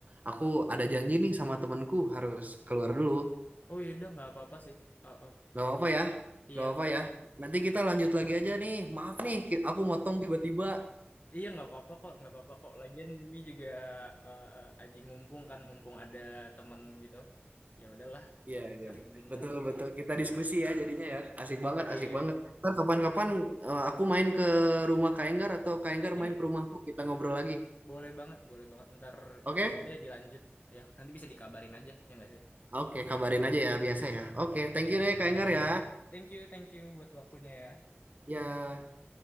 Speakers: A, on the right; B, on the left.
A: aku ada janji nih sama temanku harus keluar dulu.
B: Oh iya, udah nggak apa-apa sih. Heeh.
A: Gak apa-apa ya,
B: Iya,
A: gak apa-apa ya. Nanti kita lanjut lagi aja nih. Maaf nih, ki- aku motong tiba-tiba.
B: iya nggak apa-apa kok, nggak apa-apa kok. Lagian ini juga eh, aji mumpung kan, mumpung ada temen gitu. Ya udahlah,
A: Iya,
B: sharing-sharing
A: iya.
B: bentar
A: Betul,
B: juga.
A: betul. Kita diskusi ya jadinya ya. Asik banget,
B: Iya,
A: asik banget. Ntar kapan-kapan eh, aku main ke rumah Kak Enggar atau Kak Enggar
B: iya,
A: main ke rumahku, kita ngobrol lagi.
B: boleh banget, boleh banget. Ntar
A: Oke?
B: bisa deh dilanjut. Ya, nanti bisa dikabarin aja, ya nggak sih?
A: Oke, kabarin aja ya, biasa ya. Oke, thank you deh Kak Enggar ya.
B: Thank you, thank you buat waktunya ya.
A: Ya.